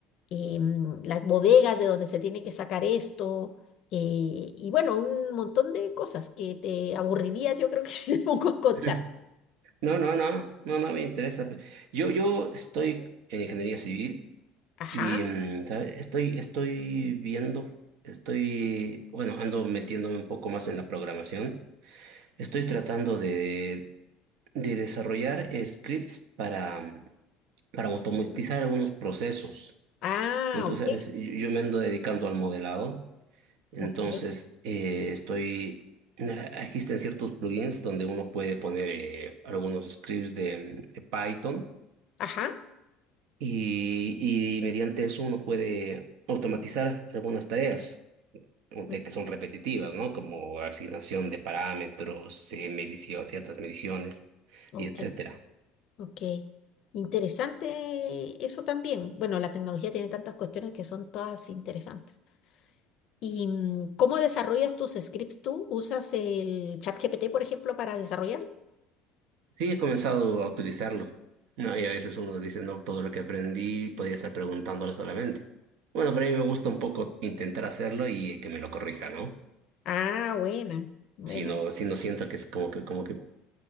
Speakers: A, on the left; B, on the right.
A: em, las bodegas de donde se tiene que sacar esto, eh, y bueno, un montón de cosas que te aburriría, yo creo que <laughs> si te pongo a contar.
B: <laughs> No, no, no. No, no me interesa. Yo, yo estoy en ingeniería civil
A: Ajá,
B: Y mm, ¿sabe? Estoy, estoy viendo, estoy, bueno, ando metiéndome un poco más en la programación. Estoy tratando de, de desarrollar eh, scripts para, mm, para automatizar algunos procesos.
A: ah,
B: Entonces,
A: ok,
B: yo, yo me ando dedicando al modelado. Entonces,
A: ok,
B: eh, estoy, na- existen ciertos plugins donde uno puede poner eh, algunos scripts de de Python
A: ajá,
B: y, y mediante eso uno puede automatizar algunas tareas. de
A: mm,
B: que son repetitivas, ¿no? Como asignación de parámetros, eh, medición, ciertas mediciones,
A: ok,
B: y etcétera.
A: ok. Interesante eso también. Bueno, la tecnología tiene tantas cuestiones que son todas interesantes. ¿Y mm, cómo desarrollas tus scripts tú? ¿Usas el ChatGPT, por ejemplo, para desarrollar?
B: Sí, he comenzado a utilizarlo, ¿no? Y a veces uno dice, no, todo lo que aprendí podría estar preguntándole solamente. Bueno, pero a mí me gusta un poco intentar hacerlo y que me lo corrija, ¿no?
A: Ah, buena, buena.
B: Si no, si no siento que es como que, como que